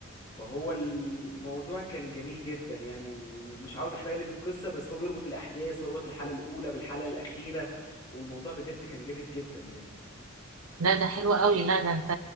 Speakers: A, on the left; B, on the right.
A: فهو الموضوع كان جميل جدا يعني ومش عاوز احرق لك القصة بس هو بيربط الأحداث وربط الحلقة الأولى بالحلقة الأخيرة والموضوع بجد كان جامد جدا يعني
B: لا ده حلو قوي لا ده انت